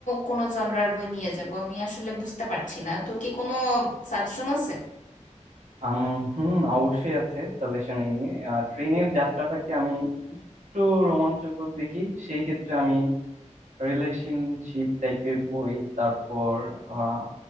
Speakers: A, on the left; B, on the right.
A: কোনো জনরার বই নিয়ে যাব আমি আসলে বুঝতে পারছি না তোর কি কোনো সাজেশন আছে
B: আম, হুম অবশ্যই আছে সাজেশন এই নিয়ে আহ, ট্রেনের যাত্রাটাকে আমি একটু রোমাঞ্চকর দেখি সেই ক্ষেত্রে আমি রিলেশনশিপ টাইপের বই তারপর আহ,